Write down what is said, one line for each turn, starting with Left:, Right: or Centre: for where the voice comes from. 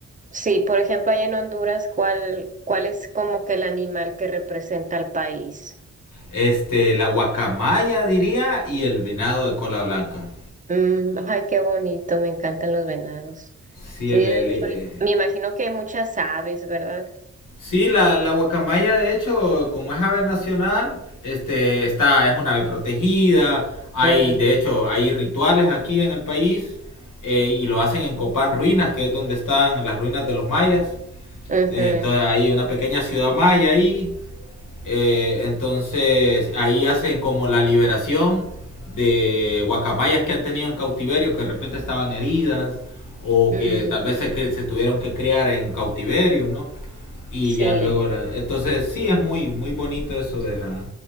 Right: sí, por ejemplo, allá en Honduras, ¿cuál, cuál es como que el animal que representa al país?
Left: Este, la guacamaya diría y el venado de cola blanca.
Right: Mm, ay, qué bonito, me encantan los venados.
Left: Sí,
Right: Sí,
Left: el,
Right: de
Left: el,
Right: hecho,
Left: eh,
Right: ahorita- me imagino que hay muchas aves, ¿verdad?
Left: sí la, la guacamaya de hecho, como es ave nacional, este, está, es una ave protegida. Hay,
Right: Mm,
Left: de hecho, hay rituales aquí en el país eh, y lo hacen en Copán Ruinas, que es donde están las ruinas de los mayas.
Right: ujú,
Left: Eh, Entonces hay una pequeña ciudad maya ahí Eh, entonces ahí hacen como la liberación de guacamayas que han tenido en cautiverio, que de repente estaban heridas o
Right: mm,
Left: que tal vez se, se tuvieron que criar en cautiverio, ¿no? Y
Right: sí,
Left: ya luego, la, entonces sí es muy muy bonito eso de la